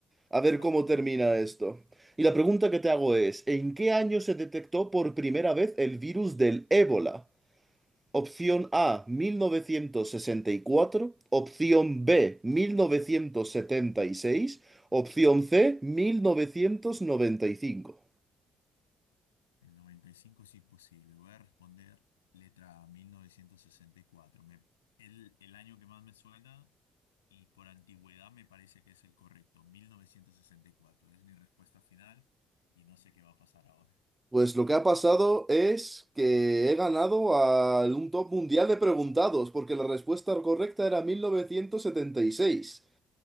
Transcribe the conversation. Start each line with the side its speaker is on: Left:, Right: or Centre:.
Right: A ver
Left: Vamos,
Right: cómo termina
Left: vamos. vamos.
Right: esto. Y la pregunta que te hago es, ¿en qué año se detectó por primera vez el virus del ébola? Opción A, 1964, opción B, 1976, opción C, 1995.
Left: El 95 es imposible. Voy a responder letra A, 1964. Me, el, el año que más me suena y por antigüedad me parece que es el correcto. 1964 es mi respuesta final y no sé qué va a pasar ahora.
Right: Pues lo que ha pasado es que he ganado a un top mundial de preguntados, porque la respuesta correcta era 1976.